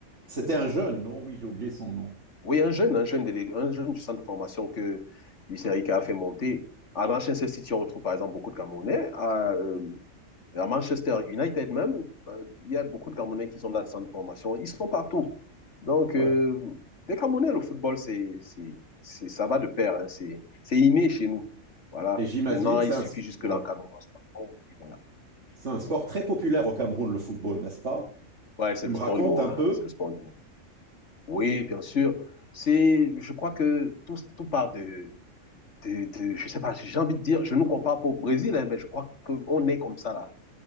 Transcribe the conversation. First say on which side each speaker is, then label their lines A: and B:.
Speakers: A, on the right (about 60°); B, on the left (about 65°).
A: C'était
B: Euh,
A: un jeune, non? Oui, j'ai oublié son nom.
B: Oui, un jeune, un jeune délégué, un jeune du centre de formation que Luis Enrique a fait monter. À Manchester City, on retrouve par exemple beaucoup de Camerounais. À, euh, à Manchester United même, euh, il y a beaucoup de Camerounais qui sont dans le centre de formation. Ils sont partout. Donc,
A: Ouais.
B: euh, les Camerounais, le football, c'est, c'est, c'est- ça va de pair. hein. C'est, c'est inné chez nous. Voilà.
A: Et j'imagine,
B: Maintenant,
A: c'est
B: il suffit
A: un, s-
B: juste
A: ouais.
B: que l'encadrement soit bon. et puis voilà.
A: C'est un sport
B: Mhm.
A: très populaire au Cameroun, le football, n'est-ce pas?
B: Ouais, c'est
A: Tu
B: le
A: me
B: sport
A: racontes
B: du mot,
A: un
B: hein.
A: peu?
B: C'est le sport du mot. Oui, bien sûr. C'est, je crois que tout, tout part de, de, de- je sais pas, j'ai envie de dire, je ne compare pas au Brésil, hein, mais je crois qu'on est comme ça là.